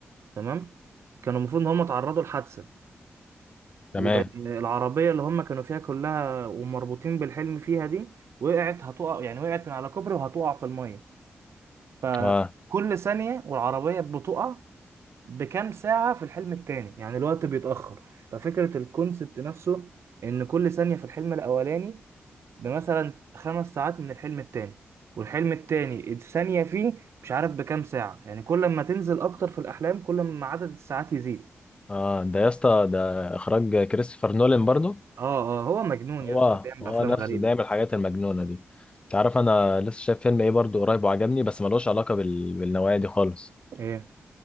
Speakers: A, on the right (about 75°); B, on the left (about 25°).
A: تمام كانوا المفروض ان هم اتعرضوا لحادثة والعربية
B: تمام
A: اللي هم كانوا فيها كلها ومربوطين بالحلم فيها دي وقعت هتقع يعني وقعت من على كوبري وهتقع في المية فكل
B: اه
A: ثانية والعربية بتقع بكام ساعة في الحلم التاني يعني الوقت بيتأخر ففكرة الكونسبت نفسه ان كل ثانية في الحلم الاولاني بمثلا خمس ساعات من الحلم التاني والحلم التاني الثانية فيه مش عارف بكام ساعة يعني كل ما تنزل أكتر في الأحلام كل ما عدد الساعات يزيد
B: اه ده يا اسطى ده اخراج كريستوفر نولان برضو
A: اه اه هو مجنون
B: هو
A: يا اسطى بيعمل
B: هو
A: أفلام
B: نفس
A: غريبة
B: ده يعمل الحاجات المجنونة دي تعرف انا لسه شايف فيلم ايه برضو قريب وعجبني بس ملوش علاقة بال... بالنوايا دي خالص
A: ايه